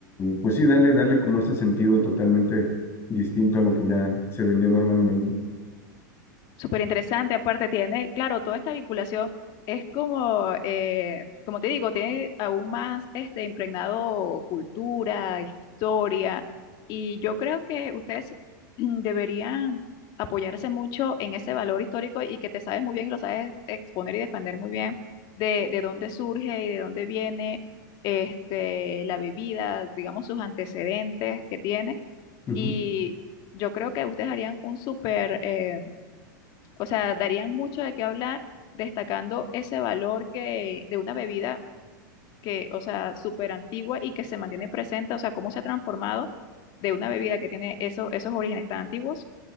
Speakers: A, on the left; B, on the left.
A: pues sí, darle, darle como ese sentido totalmente distinto a lo que ya se vendía normalmente.
B: Súper interesante, aparte tiene, claro, toda esta vinculación es como, eh, como te digo, tiene aún más este impregnado cultura, historia, y yo creo que ustedes mm, deberían apoyarse mucho en ese valor histórico y que te sabes muy bien y lo sabes exponer y defender muy bien de, de dónde surge y de dónde viene este, la bebida, digamos, sus antecedentes que tiene,
A: Ujú,
B: y yo creo que ustedes harían un súper... eh, o sea, darían mucho de qué hablar, destacando ese valor que, de una bebida que, o sea, súper antigua y que se mantiene presente, o sea, cómo se ha transformado de una bebida que tiene eso- esos orígenes tan antiguos